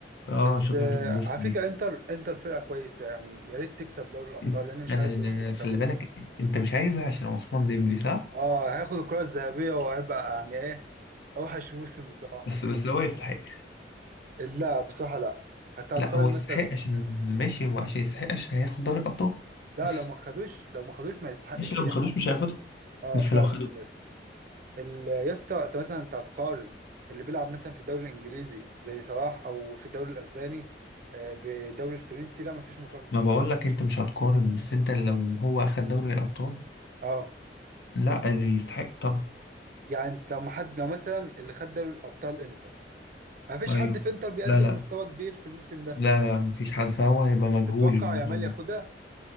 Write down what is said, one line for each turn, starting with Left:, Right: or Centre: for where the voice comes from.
Left: اه
Right: بس
Left: شوف
Right: آه
Left: هتتبسط
Right: على فكره
Left: دي
Right: انتر انتر فرقه كويسه يعني يا ريت تكسب دوري الابطال
Left: أنت-
Right: لان مش
Left: أنا
Right: عايز
Left: أنا
Right: باريس تكسبها
Left: خلي بالك أنت مش عايزها عشان عثمان ديمبلي صح؟
Right: اه هياخد الكره الذهبيه وهيبقى يعني ايه اوحش موسم بصراحه
Left: بس بس هو يستحق
Right: لا بصراحه لا هتقارن
Left: لا هو يستحق
Right: مثلا
Left: عشان ماشي وعشان يستحق عشان هياخد دوري الأبطال
Right: لا
Left: بس
Right: لو ما خدوش لو ما خدوش ما يستحقش
Left: ماشي لو
Right: اي
Left: ما خدوش
Right: حاجه
Left: مش هياخدها
Right: اه
Left: بس
Right: فعلا
Left: لو خدوا
Right: بجد ال- يا اسطى انت مثلا تقارن اللي بيلعب مثلا في الدوري الانجليزي زي صلاح او في الدوري الاسباني آه، بالدوري الفرنسي لا مفيش مقارنه
Left: ما بقول لك انت مش هتقارن بس انت لو هو اخد دوري الابطال
Right: اه
Left: لا اللي يستحق طبعا
Right: يعني انت لو حد لو مثلا اللي خد دوري الابطال انتر مفيش
Left: ايوه
Right: حد في انتر بيقدم
Left: لا لا
Right: مستوى كبير في الموسم ده
Left: لا لا مفيش حد فهو هيبقى مجهول
Right: تتوقع
Left: الموضوع
Right: يامال
Left: ده
Right: ياخدها